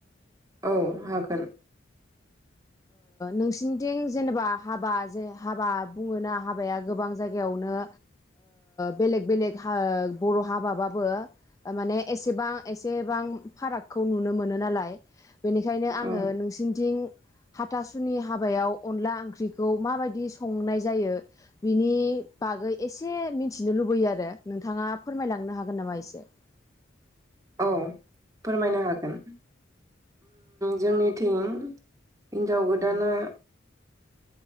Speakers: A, on the right; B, on the left.
A: औ हागोन।
B: नोंसिनिथिं जेनेबा हाबा जे हाबा बुङोना हाबाया गोबां जायगायावनो बेलेग बेलेग बर' हाबाबाबो माने एसेबां एसेबां फारागखौ नुनो मोनो नालाय बेनिखायनो आङो
A: औ
B: नोंसिनिथिं हाथासुनि हाबायाव अनला ओंख्रिखौ माबायदि संनाय जायो बिनि बागै एसे मिथिनो लुबैयो आरो नोंथाङा फोरमायलांनो हागोन नामा एसे?
A: औ फोरमायनो हागोन। जोंनिथिं हिन्जाव गोदाना